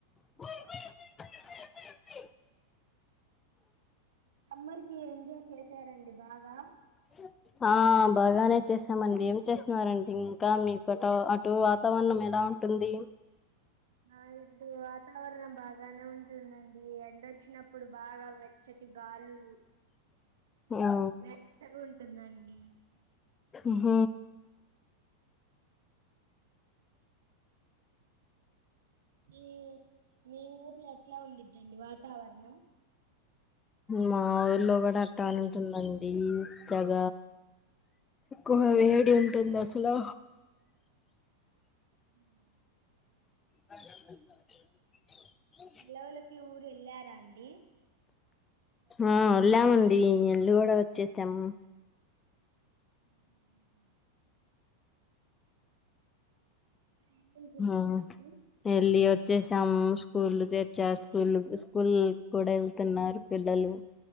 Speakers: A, on the left (about 20°); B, on the right (about 60°).
A: <unintelligible>
B: సమ్మర్ కి ఎంజాయ్ చేసారండి బాగా
A: <unintelligible> ఆ బాగానే చేసామండి ఏం చేస్తున్నారండి ఇంకా మీకట అటు వాతావరణం ఎలా టుంది
B: అ ఇటు వాతావరణం బాగానే ఉంటుందండి ఎండొచ్చినప్పుడు బాగా వే చెట్టుయీ గాలులు
A: ఆ
B: వెచ్చగా ఉంటుందండి
A: ఆహ
B: మీ మీ ఊర్లో ఎట్లా ఉండుదండీ వాతావరణం
A: మా ఊర్లో కూడా అట్ట నే ఉంటుందండి జగ ఎక్కువ వేడి ఉంటుంది అసలు
B: ఉ <unintelligible>
A: <inaudible>
B: సేలవులకి ఊరు ఎల్లారా అండి
A: ఆ వేళ్ళామండి ఇల్లు కూడా వచ్చేసాము
B: <unintelligible> ఏమేం చేశారండి
A: ఆ వెళ్ళి వచ్చేసాము స్కూల్ తెర్చాస స్కూల్ స్కూల్ కూడా వెళ్తున్నారు పిల్లలు